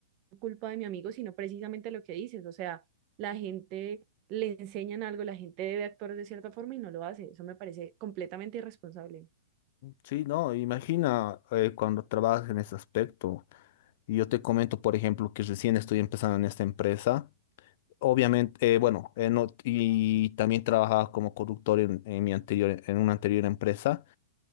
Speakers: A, on the right (about 40°); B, on the left (about 50°).
A: culpa de mi amigo, sino precisamente lo que dices, o sea, la gente le enseñan algo, la gente debe actuar de cierta forma y no lo hace, eso me parece completamente irresponsable.
B: Sí, no, imagina eh, cuando trabajas en ese aspecto. Y Yo te comento, por ejemplo, que recién estoy empezando en esta empresa. Obviamente, eh, bueno, eh, no- y también trabajaba como conductor en, en mi anterior, en una anterior empresa.